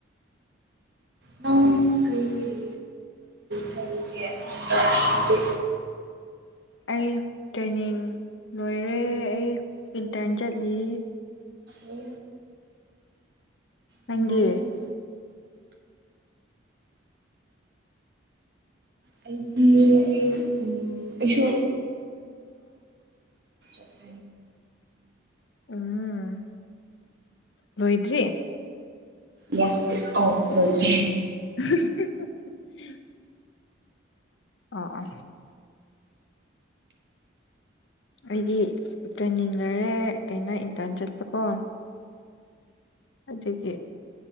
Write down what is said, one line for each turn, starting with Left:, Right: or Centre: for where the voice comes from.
Right: ꯅꯪ ꯀꯩꯒꯤ ꯍꯥꯏꯒꯦ ꯑꯗ ꯍꯥꯏꯗꯤ
Left: ꯑꯩ ꯇ꯭ꯔꯦꯅꯤꯡ ꯂꯣꯏꯔꯦ ꯑꯩ ꯏꯟꯇꯔꯟ ꯆꯠꯂꯤ
Right: ꯑꯣ
Left: ꯅꯪꯗꯤ
Right: ꯅꯨꯡꯉꯥꯏꯕ <unintelligible> ꯑꯩꯗꯤ ꯎꯝ ꯑꯩꯁ ꯑ ꯀ
Left: ꯎꯝ ꯂꯣꯏꯗ꯭ꯔꯤ
Right: ꯌꯥꯁ ꯑꯣ ꯂꯣꯏꯗ
Left: <unintelligible> ꯑ ꯑ ꯑꯩꯗꯤ ꯇ꯭ꯔꯦꯟꯅꯤꯡ ꯂꯣꯏꯔꯦ ꯀꯩꯅꯣ ꯏꯟꯇꯔꯟ ꯆꯠꯄꯀꯣ ꯑꯗꯒꯤ